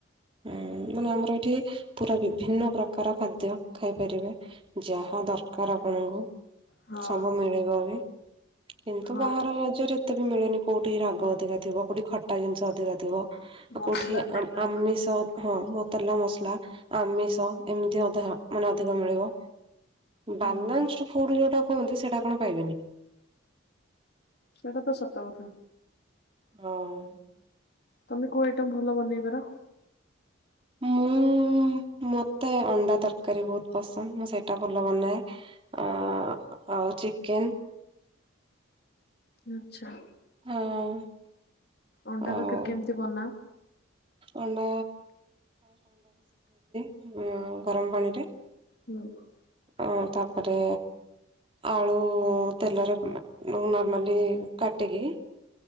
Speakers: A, on the right; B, on the left.
A: ହୁଁ ମାନେ ଆମର ଏଠି ପୁରା ବିଭିନ୍ନ ପ୍ରକାର ଖାଦ୍ୟ ଖାଇପାରିବେ ଯାହା ଦରକାର ଆପଣଙ୍କୁ
B: ହଁ
A: ସବୁ ମିଳିଗଲେ। କିନ୍ତୁ
B: ହଁ
A: ବାହାର ରାଜ୍ୟରେ ଏତେ ବି ମିଳେନି କୋଉଠି ରାଗ ଅଧିକା ଥିବ କୋଉଠି ଟା ଜିନିଷ ଅଧିକାଥିବ
B: ମସଲା
A: କୋଉଠି
B: ତେଲ
A: ଆମିଷ ହଁ ମ ତେଲ ମସଲା ଆମିଷ ଏମିତି ଅଧା ମାନେ ଅଧିକ ମିଳିବ।
B: ହୁଁ
A: ବାନ୍ସାଟ ଫୁଡ ଯୋଉଟା କୁହନ୍ତି ସେଟା କଣ ପାଇବେନି
B: ସେଟା ତ ସତକଥା
A: ହଁ।
B: ତମେ କୋଉ ଆଇଟମ୍ ଭଲ ବନେଇପାର
A: ମୁଁ ମତେ ଅଣ୍ଡା ତରକାରୀ ବହୁତ ପସନ୍ଦ ମୁଁ ସେଇଟା ଭଲ ବନାଏ ଆଉ ଚିକେନ
B: ଆଚ୍ଛା।
A: ହଁ।
B: ଅଣ୍ଡା
A: ଆଉ
B: ଦରକରି କେମିତି ବନା
A: ଅଣ୍ଡା ହଁ ଗରମ ପାଣିରେ
B: ହୁଁ <unintelligible>
A: ଅ ଅଁ ତାପରେ ଆଳୁ ତେଲରେ ନର୍ମାଲି କାଟିକି